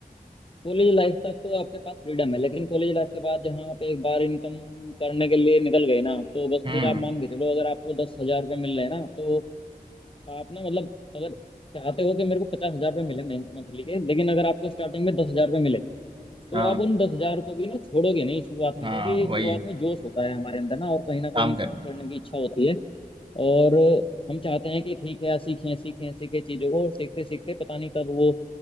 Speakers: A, on the left; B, on the right.
A: कॉलेज लाइफ तक तो आपके पास फ्रीडम है लेकिन कॉलेज लाइफ के बाद जहाँ आप एक बार इनकम करने के लिए निकल गए ना तो बस
B: हम्म
A: फिर आप मान के चलो अगर आपको दस हजार रुपये मिल रहे हैं ना तो आप ना मतलब अगर चाहते हो कि मेरे को पचास हजार रुपये मिले मंथली के लेकिन अगर आपको स्टार्टिंग में दस हजार रुपये मिले तो
B: हाँ
A: आप उन दस हजार को भी ना छोड़ोगे नहीं शुरुआत में
B: हाँ
A: क्योंकि
B: वही
A: शुरुआत में जोश होता है हमारे अंदर ना और कहीं ना कहीं
B: काम करना
A: काम करने की इच्छा होती है और हम चाहते हैं कि ठीक है सीखें सीखें सीखें चीजों को और सीखते सीखते पता नहीं कब वो